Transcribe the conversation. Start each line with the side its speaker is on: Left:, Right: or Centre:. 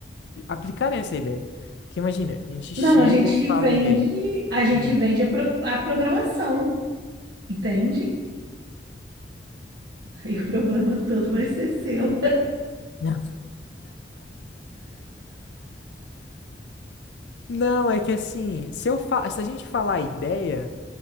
Left: aplicarem essa ideia? Porque imagina, a gente chega
Right: Não, a gente
Left: e fala
Right: vende,
Left: a ideia.
Right: a gente
Left: Hum.
Right: vende a, pro- a programação, entende? Aí o problema todo vai ser seu.
Left: <laughs> Não, é que assim, se eu fa... se a gente falar a ideia,